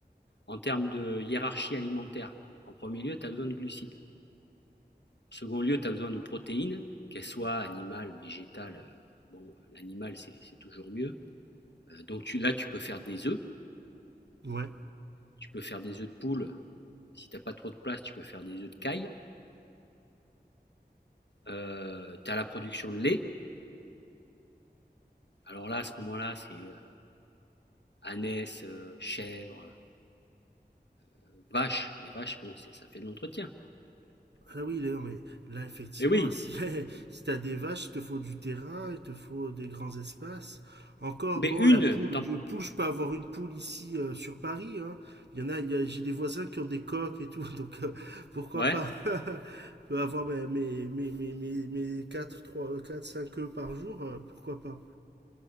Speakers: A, on the left; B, on the right.
A: en termes de hiérarchie alimentaire. En premier lieu, tu as besoin de glucides. En second lieu, tu as besoin de protéines, qu'elles soient animales, végétales. euh, Bon, l'animal, c'est c'est toujours mieux. Euh, donc tu, là, tu peux faire des œufs.
B: ouais
A: Tu peux faire des œufs de poule. Si tu n'as pas trop de place, tu peux faire des œufs de caille. Euh, tu as la production de lait. Alors là, à ce moment-là, c'est euh, ânesse, euh, chèvre, euh, vache. Mais vache, bon, c'est- ça fait de l'entretien.
B: Ah oui, là, non, mais là, effectivement,
A: Et oui,
B: hein, si, <laughs> si t'as des vaches, il te faut du terrain, il te faut des grands espaces. Encore,
A: mais
B: bon,
A: une,
B: la poule, je, poule, je peux avoir une poule ici euh, sur Paris. hein. Il y en a, il y a- j'ai des voisins qui ont des coques et tout, <laughs> donc euh, pourquoi
A: ouais,
B: pas <laughs> Je peux avoir mes, mes, mes, mes, mes, mes 4 3 euh, 4 5 œufs par jour, euh, pourquoi pas?